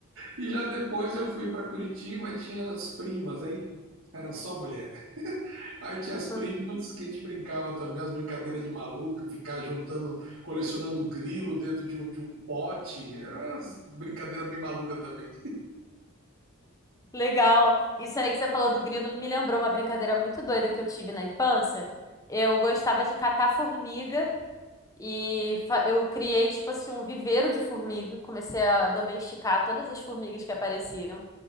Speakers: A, on the right; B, on the left.
A: E já depois eu fui para Curitiba e tinha as primas, aí era só mulher. Aí tinha as primas
B: Uhum.
A: que a gente brincava também, as brincadeiras de maluco, ficar juntando, colecionando grilo dentro de um, de um pote. Era Umas brincadeiras meio maluca também.
B: Legal. Isso aí que você falou do grilo me lembrou uma brincadeira muito doida que eu tive na infância. Eu gostava de catar formiga E fa- eu criei, tipo assim, um viveiro de formiga. Comecei a domesticar todas as formigas que apareciam.